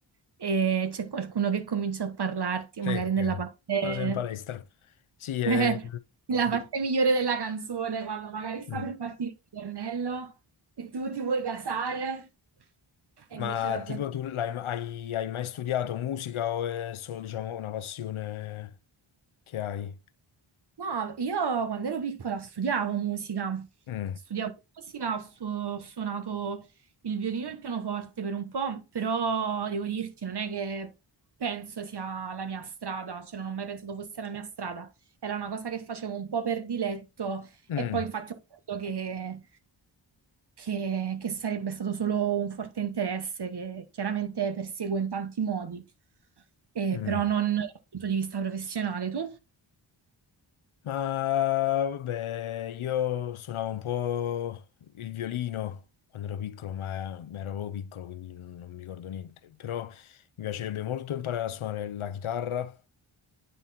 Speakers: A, on the right (about 55°); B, on the left (about 80°).
A: e c'è qualcuno che comincia a parlarti,
B: Sì,
A: magari
B: eh,
A: nella parte,
B: ma sei in palestra. Sì, eh,
A: <laughs> nella parte migliore della canzone, quando magari sta
B: mm.
A: per partire il ritornello e tu ti vuoi gasare e
B: ma
A: invece la gente...
B: tipo tu l'hai- hai, hai mai studiato musica o è solo, diciamo, una passione che hai?
A: No, io quando ero piccola studiavo musica,
B: Mm,
A: studiavo musica, ho, su- ho suonato il violino e il pianoforte per un po', però devo dirti, non è che penso sia la mia strada, cioè non ho mai pensato fosse la mia strada, era una cosa che facevo un po' per diletto
B: mm,
A: e poi infatti ho capito che, che- che sarebbe stato solo un forte interesse che chiaramente perseguo in tanti modi, eh,
B: mm.
A: però non dal punto di vista professionale. Tu?
B: Ma vabbè, io suonavo un po' il violino quando ero piccolo, ma ma ero proprio piccolo, quindi non, non mi ricordo niente. Però mi piacerebbe molto imparare a suonare la chitarra